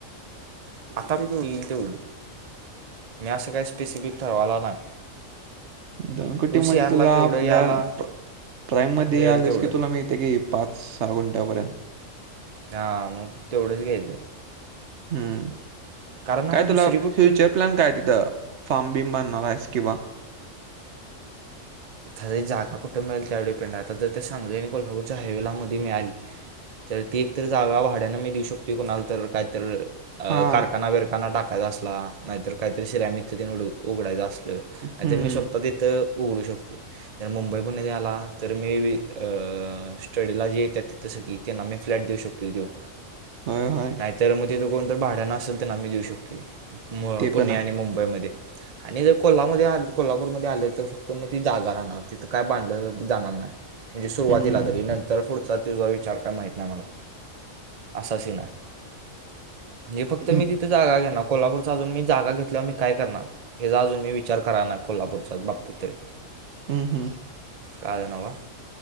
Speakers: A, on the right; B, on the right.
A: आता हो येईल तेवढं मी असं काही स्पेसिफिक ठरवाला नाही
B: दोन कोुटी
A: टू सी
B: मध्ये
A: आरला
B: तुला
A: केवढं
B: आपल्या
A: याला
B: ट्राईम मध्ये
A: मिळेल
B: आलेस
A: तेवढं
B: की तुला मीथे की पाच सहा घुंट्यापर्यंत
A: हा मग तेवढंच घ्यायच
B: हम्म
A: कारण आता
B: काय तुला
A: दुसरी
B: फ्युचर
A: कुठं
B: प्लॅन काय तिथं फार्मबिं बांणार आहेस किंवा
A: जाऊदे जागा कुठं मिळेल त्यावर डिपेंड आता जर त्या सांगली आणि कोल्हापूरच्या हायवेला मध्ये मिळाली तर ती एकत तर जागा भाड्यानं मी देऊ शकतोय कोणाला तर काय तर अ
B: हां.
A: कारखाना बिरखाना टाकायचा असला नाहीतर काहीतरी सिरॅमिकच तेन उघडायचा असला. आणि
B: हं.
A: तर मी स्वतः तिथं उघडू शकतोय. जर मुंबईपुण्यात झाला तर मी अ स्टडीला जे येत्यात तिथ सगळी त्यांना मी फ्लॅट देऊ शकतो. देऊ
B: होय, होय.
A: नाहीतर मग तिथ कोण तर भाड्यान असेल त्यांना मी देऊ शकतोय. म
B: ते
A: पुणे
B: पण आहे.
A: आणि मुंबईमध्ये आणि जर कोल्हामध्ये आल कोल्हापूरमध्ये आलं तर फक्त मग ती जागा राहणार तिथं काय बांधलं जाणार नाही म्हणजे सुरुवातीला
B: हं.
A: तरी नंतर पुढच तर तुझा विचार काय माहीत नाही मला असा सीन आहे. म्हणजे फक्त
B: हं,
A: मी तिथ जागा घेणार कोल्हापूरच अजून मी जागा घेतल्यावर मी काय करणार हेचा अजून मी विचार कराय नाय कोल्हापूरच्या बाबतीत तरी
B: हम् हम्
A: काल नवका